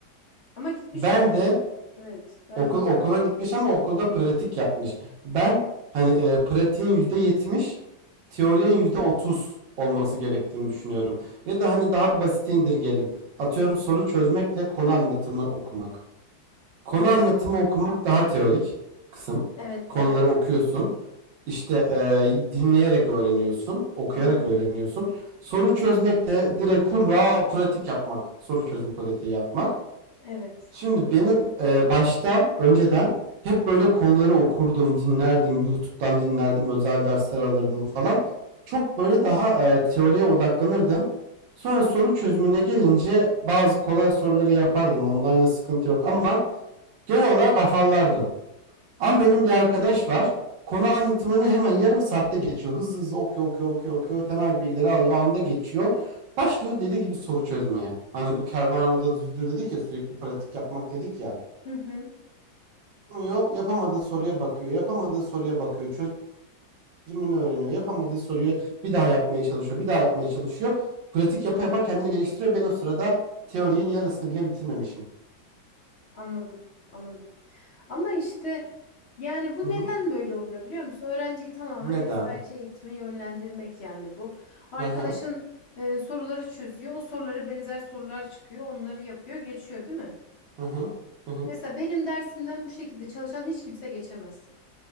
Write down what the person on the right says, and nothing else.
Ben
de
okul
okula
gitmiş ama okulda pratik yapmış. Ben hani e, pratiğin %70, teorinin %30 olması gerektiğini düşünüyorum. Ya da hani daha basit indirgeyelim. Atıyorum soru çözmekle konu anlatımı okumak. Konu
anlatımı okumak daha teorik kısım.
Konuları
okuyorsun. İşte e, dinleyerek öğreniyorsun, okuyarak
öğreniyorsun. Soru çözmek de direkt hurra pratik yapmak. Soru çözüm pratiği yapmak.
Şimdi benim e, başta önceden hep böyle konuları okurdum, dinlerdim, YouTube'dan dinlerdim, özel dersler alırdım falan. Çok böyle daha e, teoriye odaklanırdım. Sonra soru çözümüne gelince bazı kolay soruları yapardım. Online'a sıkıntı yok ama Genel olarak afallardım. Ama
benim bir arkadaş var. Konu anlatımını hemen yarım saatte geçiyor. Hızlı hızlı okuyor, okuyor, okuyor, okuyor. Temel bilgileri alıyor. O Anda geçiyor. Başlıyor deli gibi soru çözmeye. Hani bu kervan yolda düzdür dedik ya sürekli pratik yapmak dedik ya.
Yapamıyor, yapamadığı soruya bakıyor. Yapamadığı soruya bakıyor. Çözümünü öğreniyor. Yapamadığı soruyu bir daha yapmaya çalışıyor. Bir daha yapmaya çalışıyor. Pratik yapa yapa kendini geliştiriyor. Ben o sırada teorinin yarısını bile bitirmemişim.
Hı
hı.
Neden?
Hı hı.
Hı hı. Hı hı.